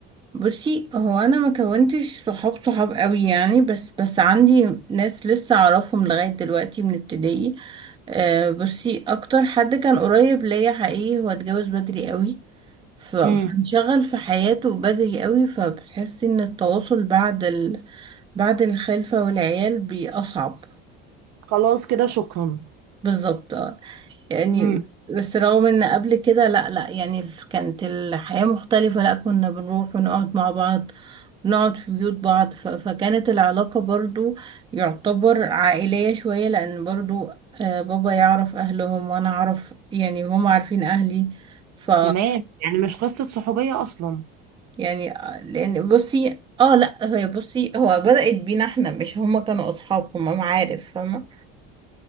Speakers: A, on the right; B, on the right.
A: بصي هو انا ما كونتش صحاب صحاب قوي يعني بس بس عندي ناس لسه اعرفهم لغاية دلوقتي من ابتدائي آه، بصي اكتر حد كان قريب ليا حقيقي هو اتجوز بدري قوي ف- فانشغل
B: امم
A: في حياته بدري قوي فبتحسي ان التواصل بعد ال... بعد الخلفة والعيال بيبقى اصعب
B: خلاص كده شكرا
A: بالظبط يعني
B: امم
A: بس رغم ان قبل كده لا لا يعني كانت الحياة مختلفة لا كنا بنروح ونقعد مع بعض نقعد في بيوت بعض ف- فكانت العلاقة برضو يعتبر عائلية شوية لان برضو آه، بابا يعرف اهلهم وانا اعرف يعني هم عارفين اهلي ف
B: تمام يعني مش قصه صحوبيه اصلا
A: يعني آه، لان بصي اه لا هي بصي هو بدأت بينا احنا مش هما كانوا اصحاب هما معارف فاهمة